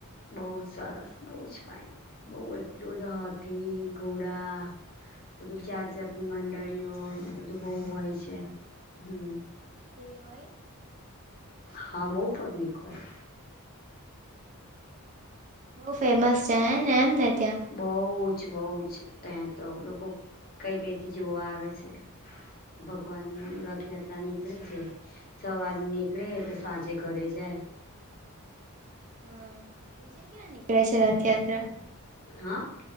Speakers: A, on the left; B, on the right.
A: બઉ જ સરસ બઉ જ ફાાઈન બઉ એટલું જ હાથી ઘોડા બધું જાત જાતની મંડળીઓ બધું બોવ હોય છે હમ્મ
B: ભીડ હોય
A: હા બહુ પબ્લિક હોય.
B: બહુ ફેમસ છે હે ને એમ ને ત્યાં
A: બહુ જ બહુ જ ત્યાં તો લોકો કઈ કઈથી જોવા આવે છે. ભગવાનની રથયાત્રા નીકળે છે. સવાર નીકળે તો સાંજે ઘરે જાય.
B: હા બીજે ક્યાં નીકળે છે રથયાત્રા.
A: હા.